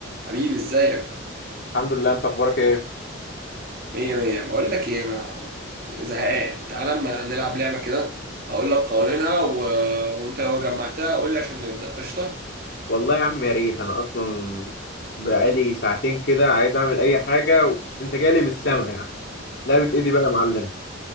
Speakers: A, on the right; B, on the left.
A: حبيبي ازيك
B: الحمد لله انت اخبارك ايه
A: مية مية بقول لك ايه انا زهقان تعال اما نلعب لعبة كده هقول لك قوانينها و... وانت لو جمعتها قول لي عشان نبدأ قشطة
B: والله يا عم يا ريت انا اصلا بقالي ساعتين كده عايز اعمل اي حاجه وانت جالي من السما يعني لعبه ايه دي بقى يا معلم